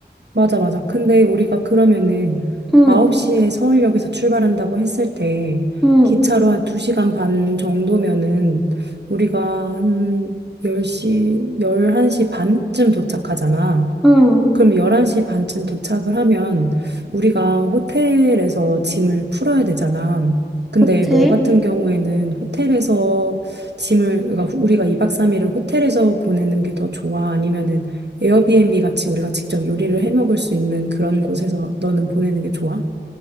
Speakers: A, on the right; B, in the centre.
A: 맞아, 맞아. 근데 우리가 그러면은
B: 응,
A: 9시에 서울역에서 출발한다고 했을 때
B: 응,
A: 기차로 한 2시간 반 정도면은 우리가 한 열시 11시 반쯤 도착하잖아.
B: 응.
A: 그럼 11시 반쯤 도착을 하면 우리가 호텔에서 짐을 풀어야 되잖아. 근데
B: 그치?
A: 너 같은 경우에는 호텔에서 짐을, 그러니까 후- 우리가 2박 3일을 호텔에서 보내는 게 더 좋아? 아니면은 에어비앤비 같이 우리가 직접 요리를 해 먹을 수 있는 그런 곳에서 너는 보내는 게 좋아?